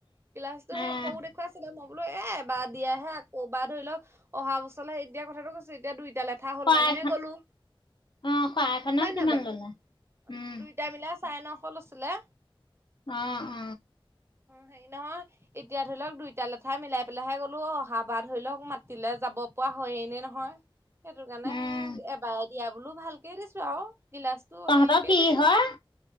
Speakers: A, on the right; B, on the left.
A: গিলাচটো
B: অ',
A: সেই সৰু দে আছিলে মই বোলো এবাৰ দিয়াহে আ ক'বাৰ ধৰি লওক অহা বছৰলে এতিয়া কথাটো কৈছো এতিয়া দুইটালৈ কথা হল
B: শৰাই
A: কাৰণেহে
B: এখন
A: গ'লো
B: অ', শৰাই এখনত
A: হয়
B: কিমান
A: ন' বাৰু
B: ল'লা? উম,
A: দুই দুইটা মিলাই চাৰে নশ লৈছিলে।
B: অ', অ'।
A: হেৰী নহয় এতিয়া ধৰি লওক দুইটা লেঠাই মিলাই পেলাইহে গলো অহা বা ধৰি লওক মাতিলে যাব পৰা হয়য়ে নে নহয়। সেইটো কাৰণে
B: উম,
A: সেই এবাৰে দিয়া বোলো ভালকে দিছো আৰু গিলাচ তো
B: তহঁতৰ
A: হেৰিকে
B: কি
A: দিছো
B: হয়